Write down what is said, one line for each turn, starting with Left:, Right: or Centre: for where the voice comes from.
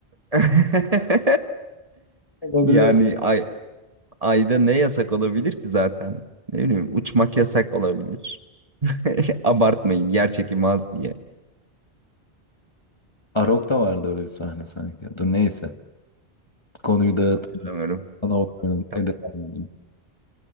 Right: <laughs>
Left: Olabilir.
Right: Yani ay, ayda ne yasak olabilir ki zaten? Ne bileyim uçmak yasak olabilir. <laughs> Abartmayın yer çekimi az diye.
Left: Arok'ta vardı öyle bir sahne sanki. Dur neyse. Konuyu dağıtıp
Right: Hatırlamıyorum.
Left: sana oynayalım.
Right: Tamam.
Left: Devam edeyim.